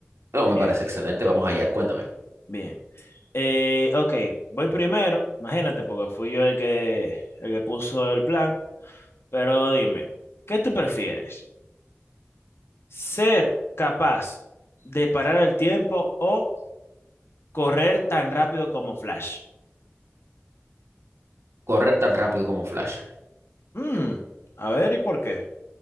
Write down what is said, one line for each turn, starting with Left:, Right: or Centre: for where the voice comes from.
Right: No, me
Left: Bien.
Right: parece excelente. Vamos allá. Cuéntame.
Left: Bien. Eh, ok, voy primero, imagínate, porque fui yo el que, el que puso el plan, pero dime, ¿qué tú prefieres? ¿Ser capaz de parar el tiempo o correr tan rápido como Flash?
Right: Correr tan rápido como Flash.
Left: Mm, a ver, ¿y por qué?